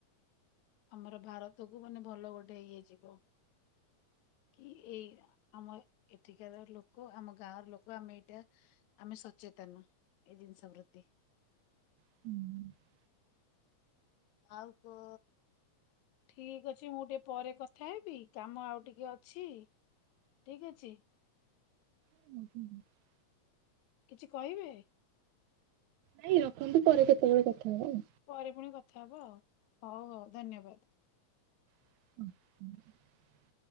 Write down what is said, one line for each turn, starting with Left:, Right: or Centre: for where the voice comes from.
Left: ଆମର ଭାରତକୁୁ ମାନେ ଭଲ ଗୋଟେ ଇଏ ଯିବ। କି ଏଇ ଆମ ଏଠିକାର ଲୋକ ଆମ ଗାଁର ଲୋକ ଆମେ ଏଇଟା ଆମେ ସଚେତନ ଏଇ ଜିନିଷ ପ୍ରତି।
Right: ହୁଁ
Left: ଆଉ କ ଠିକ ଅଛି ମୁଁ ଟିକେ ପରେ କଥା ହେବି କାମ ଆଉ ଟିକେ ଅଛି। ଠିକ ଅଛି।
Right: ଆ
Left: କିଛି କହିବେ?
Right: ନାଇଁ ରଖନ୍ତୁ ପରେ କେତେବେଳେ କଥା ହବା ଆଉ
Left: ପରେ ପୁଣି କଥା ହବ ଆଉ ହଉ ହଉ ଧନ୍ୟବାଦ।
Right: ହଛ